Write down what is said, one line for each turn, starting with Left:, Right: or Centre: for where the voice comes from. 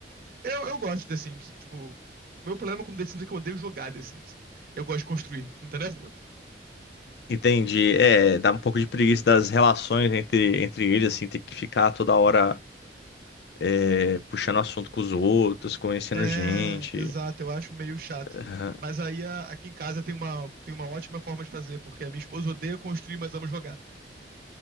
Right: Eu, eu gosto de The Sims. Tipo, meu problema com The Sims é que eu odeio jogar The Sims. Eu gosto de construir, entendeu?
Left: Entendi. É, dá um pouco de preguiça das relações entre, entre eles, assim, ter que ficar toda hora é, puxando assunto com os outros, conhecendo
Right: É,
Left: gente.
Right: exato, eu acho meio chato.
Left: Aham.
Right: Mas aí a- aqui em casa tem uma, tem uma ótima forma de fazer, porque a minha esposa odeia construir, mas ama jogar.